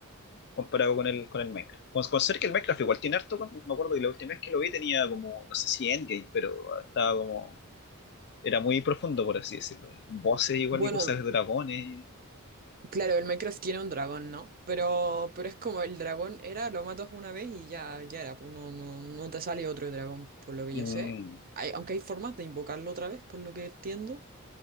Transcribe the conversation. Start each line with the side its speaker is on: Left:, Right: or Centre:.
Left: comparado con el, con el Minecraft. Con, con ser que el Minecraft igual tiene harto, con- me acuerdo que la última vez que lo vi tenía como, no sé si endgame, pero estaba como, era muy profundo por así decirlo. Voces igual
Right: Bueno,
Left: y cosas de dragones.
Right: Claro, el Minecraft tiene un dragón, ¿no? Pero, pero es como el dragón era, lo matas una vez y ya, ya era, pues no, no, no te sale otro dragón, por lo que
Left: Mm,
Right: yo sé. Hay, aunque hay formas de invocarlo otra vez, por lo que entiendo.